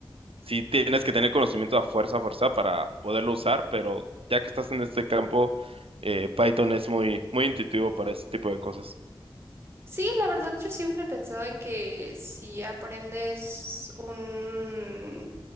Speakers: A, on the right; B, on the right.
A: sí tienes que tener conocimiento a fuerza, a fuerza para poderlo usar, pero ya que estás en este campo, eh, Python es muy, muy intuitivo para ese tipo de cosas.
B: Sí, la verdad yo siempre he pensado en que si aprendes un